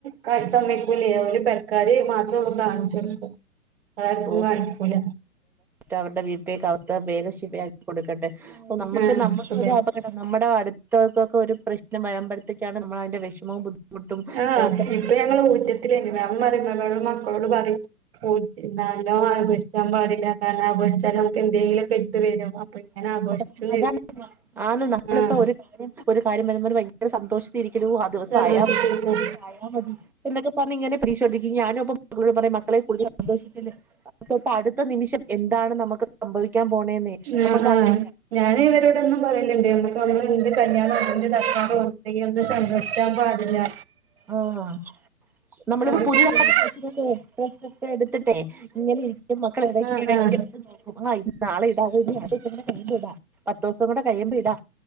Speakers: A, on the right; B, in the centre.
A: പറ്റ സമയക്കില്ലേര് പെരക്കാര് മാത്ര കാണിച്ചു കൊടുക്ക ആർക്കും
B: ഓ
A: കാണിക്കൂല
B: അവരുടെ വീട്ടിലേക്ക് അവസ്ഥ വേഗം ശിഫയാക്കി കൊടുക്കട്ടെ അപ്പൊ നമ്മക്ക്
A: ആഹ്
B: നമ്മക്കു
A: അതെ
B: ഒരു നമ്മുടെ അടുത്തവർക്കൊക്കെ ഒരു പ്രശ്നം വയമ്പടുത്തത്തിക്കാണ് നമ്മൾ അതിന്റെ വിഷമവും ബു മുട്ടുംമനസിലക്കണം
A: ആഹ് ഇപ്പൊ ഞങ്ങള് <inaudible> <unintelligible> ന്നാലോ ആഘോഷിക്കാൻ പാടില്ല കാരണം ആഘോഷിച്ചാൽ നമുക്ക് എന്തെങ്കിലുംക്കെ എടുത്ത് വരും ഇങ്ങനെ
B: <inaudible>
A: ആഘോഷിച്ചും ചെയ്ത്
B: ആന്ന് നമ്മളിപ്പോ
A: ആഹ്
B: ഒരു കാര്യം ഒരു കാര്യം വരുമ്പോ ഒരു ഭയങ്കര സന്തോഷത്തിരിക്കലു ആ ദിവസയാ
A: സന്തോഷിച്ചിരിക്കും
B: <inaudible> ആ മതി എന്നൊക്കെ പറഞ്ഞിങ്ങനെ പ്രീ <unintelligible> ഞാനുമപ്പം <unintelligible> പറയും മക്കളെ കൂടുതലു സന്തോഷിക്കല്ലെ തൊട്ടടുത്ത നിമിഷം എന്താണ് നമുക്ക് സംഭവിക്കാൻ പോണ് ന്നെന്നെ
A: ആഹ്
B: നമുക്കറിയി
A: ആഹ് ഞാന് ഇവരോടെന്നും പറയണ്ടെണ്ട് നമുക്ക് നമ്മൾ എന്ത് കല്യാണം എന്ത്‌ <unintelligible> <unintelligible> സന്തോഷിക്കാൻ പാടില്ല്യ
B: ആഹ് നമ്മളിപ്പോ
A: സന്തോഷിച്ചിരി
B: പുതിതാ <unintelligible> എടുത്തിട്ടെ ഇങ്ങനെ ഇരി <unintelligible> മക്കളെടയ്ക്കെടയ്ക്കെടുത്ത്
A: ആഹ് ആഹ്
B: നോക്കും ആ നാളെ ഇടാ <inaudible> പത്തോസോങ്കൂടെ കയ്യുമ്പോ ഇടാ